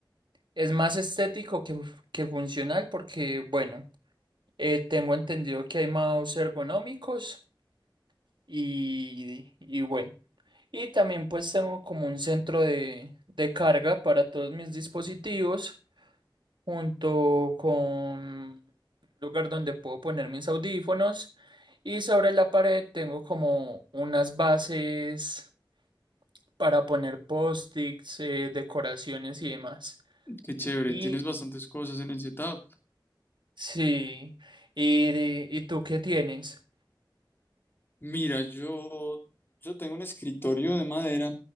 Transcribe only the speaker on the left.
Qué chévere,
tienes bastantes cosas en el setup.
Mira, yo, yo tengo un escritorio de madera.